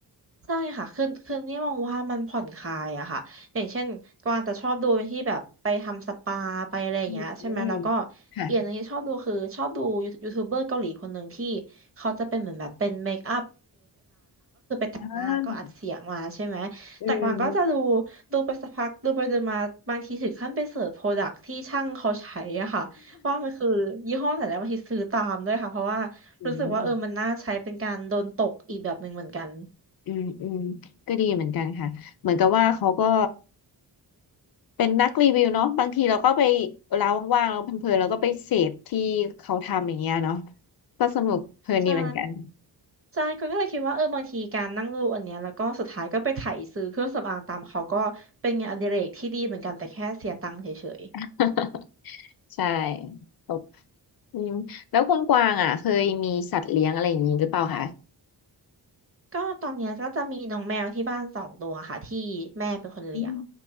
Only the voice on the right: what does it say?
ใช่ค่ะคือคือนี่มองว่ามันผ่อนคลายอะค่ะอย่างเช่นกวางจะชอบดูเป็นที่แบบไปทำสปาไปอะไรอย่างเงี้ยใช่ไหมแล้วก็
อีกอย่างหนึงที่ชอบดูคือชอบดูยูทูบเบอร์เกาหลีคนหนึ่งที่เขาจะเป็นเหมือนแบบเป็นเมคอัพ แต่งหน้าก็อัดเสียงมาใช่ไหม
แต่กวางก็จะดู ดูไปสักพัก ดูไปดูมาบางทีถึงขั้นไปเสิร์ชโปรดักที่ช่างเขาใช้อะค่ะว่ามันคือยี่ห้อไหนแล้วบางทีซื้อตามด้วยค่ะเพราะว่ารู้สึกว่าเออมันน่าใช้เป็นการโดนตกอีกแบบหนึ่งเหมือนกัน
ใช่ ใช่ก็ก็เลยคิดว่าเออ บางทีการนั่งดูอันเนี้ยแล้วก็สุดท้ายก็ไปไถซื้อเครื่องสำอางตามเขาก็เป็นงานอดิเรกที่ดีเหมือนกันแต่แค่เสียตังค์เฉย
ๆก็ตอนเนี้ยก็จะมีน้องแมวที่บ้านสองตัวค่ะที่แม่เป็นคนเลี้ยง